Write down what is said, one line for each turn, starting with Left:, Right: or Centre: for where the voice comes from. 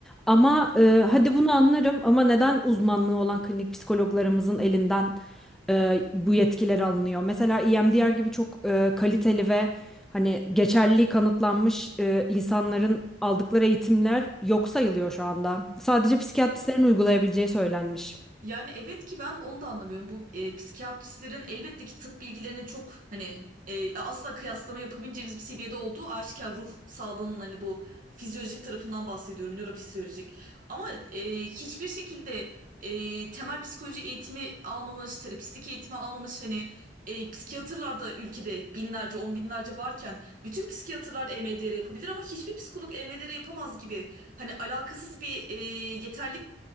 Centre: Ama e, hadi bunu anlarım ama neden uzmanlığı olan klinik psikologlarımızın elinden e, bu yetkiler alınıyor. Mesela EMDR gibi çok e, kaliteli ve hani geçerliliği kanıtlanmış e, insanların aldıkları eğitimler yok sayılıyor şu anda. Sadece psikiyatristlerin uygulayabileceği söylenmiş.
Right: Yani evet ki ben onu da anlamıyorum. Bu e, psikiyatristlerin elbette ki tıp bilgilerinin çok hani e, asla kıyaslama yapabileceğimiz bir seviyede olduğu aşikar ruh sağlığının hani bu fizyolojik tarafından bahsediyorum, nörofizyolojik. Ama e, hiçbir şekilde e, temel psikoloji eğitimi almamış, terapistlik eğitimi almamış hani e, psikiyatrlar da ülkede binlerce, on binlerce varken bütün psikiyatrlar EMDR yapabilir ama hiçbir psikolog EMDR yapamaz gibi hani alakasız bir e, yeterlik